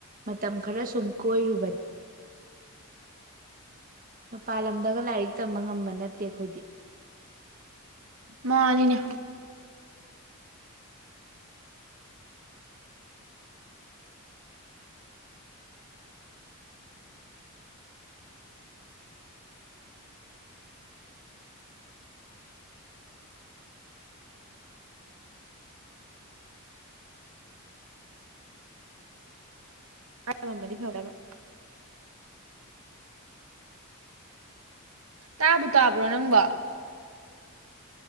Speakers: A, on the right (about 40°); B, on the right (about 70°).
A: ꯃꯇꯝ ꯈꯔ ꯁꯨꯝ ꯀꯣꯏꯔꯨꯕ ꯃꯄꯥꯜ ꯂꯝꯗꯒꯥ ꯇꯝꯕ ꯉꯝꯕ ꯅꯠꯇꯦ ꯑꯩꯈꯣꯏꯗꯤ
B: ꯃꯥꯅꯤꯅꯦ ꯐ ꯑꯃꯗꯤꯗꯤ ꯐꯕ ꯇꯥꯕꯨ ꯇꯥꯕ꯭ꯔꯣ ꯅꯪꯕ